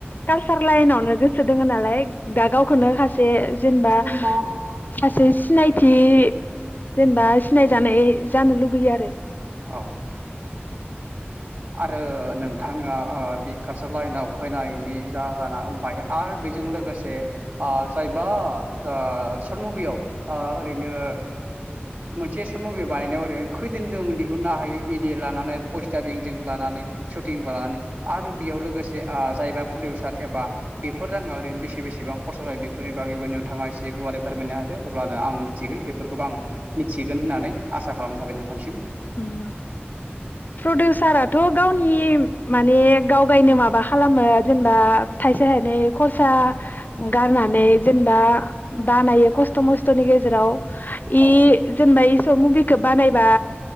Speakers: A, on the left; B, on the right.
A: कालसार लाइनावनो गोसो दोङो नालाय दा गावखोनो खासे जेनबा
B: <unintelligible>
A: सासे सिनायथि जेनेबा सिनायजानाय जानो लुुगैयो आरो।
B: औ आरो नोंथाङा ओ बि कारसार लाइनाव फैनायनि जाहोनाबाय आरो बे जों लोगोसे ओ जायबा ओ सर्ट मुभियाव ओ ओरैनो मोनसे सर्ट मुभि बानायनायाव ओरैनो खैदिनदों दिहुननो हायो इदिये लानानै भइस दाबिं जों लानानै सटिं लानानै आरो बेयाव लोगोसे ओ जायबा प्रडिउसार एबा बेफोर जाङा ओरैनो बेसे बेसेबां खरसा जायो बेफोरनि बागैबो नोंथाङा एसे गुवारै फोरमायनो हादों अब्लानो आं मिथिगोन बेफोरखौबो आं मिथिगोन होननानै आसा खालाम थाबाय नोंथांसिम।
A: होम।
B: <inaudible>
A: प्रडिउसाराथ' गावनि माने गाव गायनो माबा खालामो जेनेबा थाइसे थाइ नै खरसा गारनानै जेनेबा बानायो खस्थ' मस्थ'नि गेजेराव इ
B: औ
A: जेनबा इ सर्ट मुभिखौ बानायबा